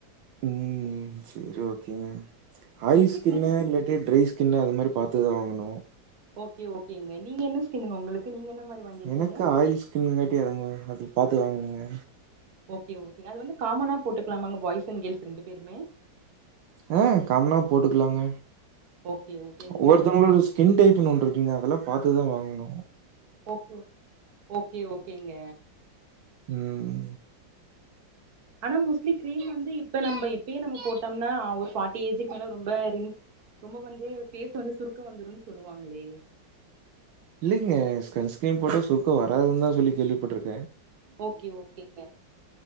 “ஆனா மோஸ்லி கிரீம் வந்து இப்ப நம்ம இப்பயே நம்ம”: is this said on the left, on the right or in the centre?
Right